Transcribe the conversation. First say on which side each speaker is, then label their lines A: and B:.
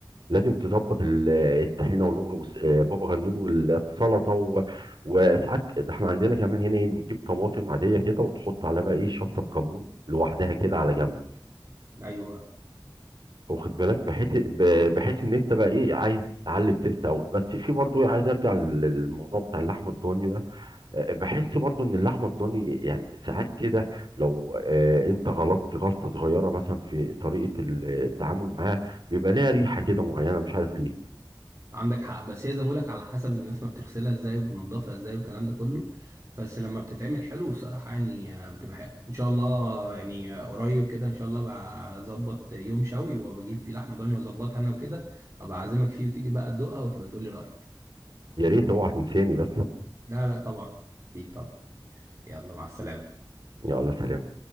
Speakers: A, on the right (about 65°); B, on the right (about 40°).
A: لازم تظبط ال- الطحينه والبابا والس- آه، بابا غنوج والسلطه و... وساعات ده احنا عندنا كمان هنا ايه بنجيب طماطم عاديه كده وتحط عليها بقى ايه شطه بكمون لوحدها كده على جنب
B: ايوه
A: واخد بالك بحيث ب- بحيث ان انت بقى ايه عايز تعلي التيست قوي بس في برضو إيه، عايز ارجع لل- للموضوع بتاع اللحمه الضاني ده آه، بحس برضو ان اللحمه الضاني يعني ساعات كده لو آه، انت غلطت غلطه صغيره مثلا في طريقه التعامل معاها بيبقى ليها ريحه كده معينه مش عارف ليه
B: عندك حق بس هي زي ما بقولك على حسب الناس ما بتغسلها ازاي وبتنضفها ازاي والكلام ده كله بس لما بتتعمل حلو الصراحة يعني آه، بتبقى حلو ان شاء الله يعني آه، قريب كده ان شاء الله بقى اظبط يوم شوي وبجيب فيه لحمة ضاني واظبطها انا وكده ابقى اعزمك فيه وتيجي بقى تدوقها وتبقى تقولي رأيك
A: يا ريت اوعى تنساني بس
B: لا لا طبعا اكيد طبعا يلا مع السلامة
A: يلا سلام